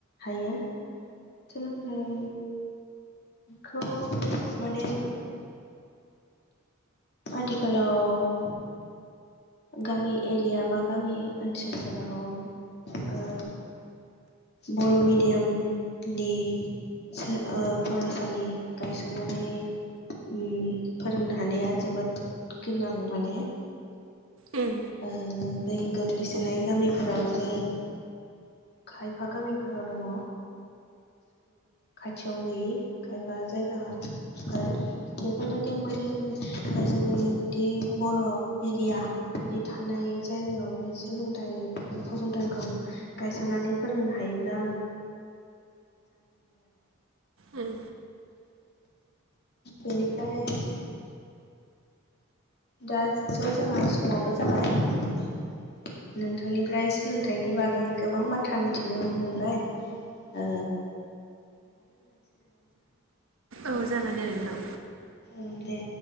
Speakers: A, on the left; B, on the right.
A: हायो सोलोंथाइ खौ माने आथिखालाव गामि एरिया बा गामि ओनसोलफोराव ओ बर' मिडियामनि सोर ओ फरायसालि गायसननानै उम फोरोंनो हानाया जोबोद गोनां माने
B: उम
A: ओ बै गोग्लैसोनाय गामिफोराव बे खायफा गामिफोराव खायफा जायगा आरो बेफोरबायदियाव माने जोंनि बिदि बर' एरिया बिदि थानाय जायगायाव बे सोलोंथाइ फसंथानखौ गायसननानै फोरोंनो हायोब्ला
B: उम
A: बेनिफ्राय दाथ' जोंहा समाबो जाबाय नों थांनिफ्राय सोलोंथाइनि बागै गोबां बाथ्रा मिथिनो मोनबाय ओ
B: औ जागोन दे नोंथां
A: उम दे